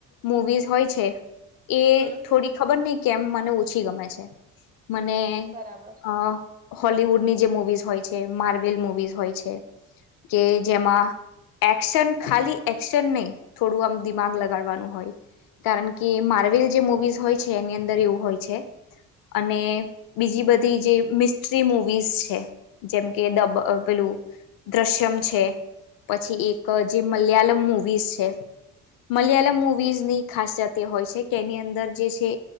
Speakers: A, on the left (about 60°); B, on the right (about 20°).
A: મુવીઝ હોય છે. એ
B: હમ
A: થોડી ખબર નહિ કેમ મને ઓછી ગમે છે. મને એ
B: બરાબર છે
A: અ હોલીવુડની જે મુવીઝ હોય છે માર્વેલ મુવીઝ હોય છે. કે જેમાં એક્શન ખાલી એક્શન નહી થોડું આમ દિમાગ લગાડવાનું હોય કારણ કે માર્વેલ જે મુવીઝ હોય છે એની અંદર એવું હોય છે અને બીજી બધી જે મિસ્ટ્રી મુવીઝ છે. જેમ કે દબ પેલું દ્રશ્યમ છે, પછી એક જે મલયાલમ મુવીઝ છે. મલયાલમ મુવીઝની ખાસયત એ હોય છે કે એની અંદર જે છે